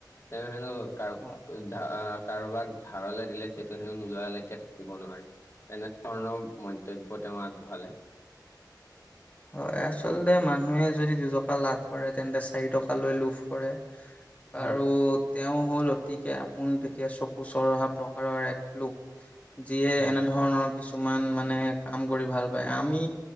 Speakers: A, on the left (about 35°); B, on the left (about 20°).
A: তেওঁ হেনো <unintelligible>
B: হয়।
A: ধা কাৰোবাক ধাৰলে দিলে সেইটো হেনো নোলোৱালৈকে থাকিব নোৱাৰে। তেনে ধৰণৰ মন্তব্য তেওঁ আগবঢ়ালে।
B: হয়। আচলতে মানুহে যদি দুটকা লাভ কৰে তেন্তে চাৰি টকা লৈ লোভ কৰে।
A: হয়
B: আৰু তেওঁ হ'ল অতিকে আপোন তেতিয়া চকু চৰহা প্ৰকাৰৰ এক লোক। যিয়ে
A: হয়
B: এনে ধৰণৰ কিছুমান মানে কাম কৰি ভাল পায় আমি